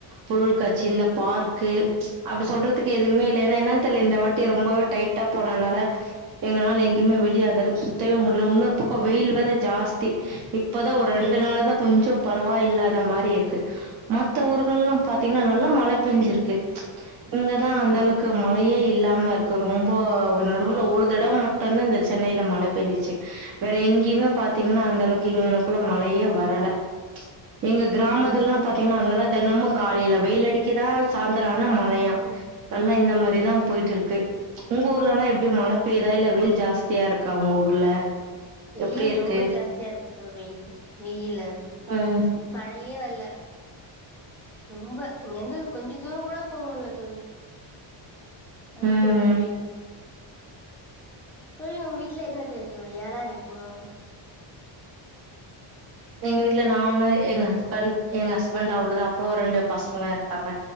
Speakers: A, on the right; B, in the centre.
A: பொருள்காட்சி இந்த பார்க்கு அப்டி சொல்றதுக்கு எதுவுமே இல்ல ஏன்னா என்னனு தெரியல இந்த வாட்டி ரொம்பவே டைட் ட்டா போனனால எங்கனால எங்கயுமே வெளிய அந்தளவுக் சுத்தவே முடில உன்னோர் பக்கோ வெயில் வேற ஜாஸ்தி இப்பதா ஒர் ரெண்டு நாள் தா கொஞ்சோ ப ரவா இல்லாத மாரி இர்க்கு மத்த ஊருகல்லா பாத்தீங்ன்னா நல்லா மழ பேஞ்சிர்க்கு இங்கதா அந்தளவுக்கு
B: ம்
A: மழையே இல்லாம இருக்கு ரொம்போ ஒ நடுவ்ல ஒரு தடவ மட் டுந்தா இந்த சென்னைல மழ பேஞ்சிச்சு வேற எங்கயுமே பாத்தீங்கன்னா அந்தளவுக்கு இங்கனக்குள்ள மழையே வரல எங்க கிராமத்துல்லா
B: ம்
A: பாத்தீங்னா அங்கெல்லா தெனமு காலைல வெயில் அடிக்கிதா சாய்ந்தரோ ஆனா மழையா
B: ம்
A: நல்லா இந்த மாரிதா போய்ட்டுருக்கு உங்க ஊர்லல்லா எப்டி மழ பெய்தா இல்ல வெயில் ஜாஸ்தியா இருக்கா உங்க ஊர்ல எப்டி
B: வெயில்
A: இருக்கு
B: ரொம்ப ஜாஸ்தியா இருக்கு தோழி வெயிலு
A: ம்
B: மழையே வர்ல ரொம்போ இங்கர்ந்து கொஞ்ச தூரங்கூட போக முட்ல தோழி அடிக்கிற
A: ம்
B: வெயில்ல தோழி உங்க வீட்ல எத்தன பேரு தோழி யாரார் ருக்கீங்க
A: எங்க வீட்ல நானு எங்க ஹஸ்பண்ட் எங்க ஹஸ்பண்ட் அவ்ளோ தா அப்றோ ரெண்டு
B: ம்
A: பசங்க இருக்காங்க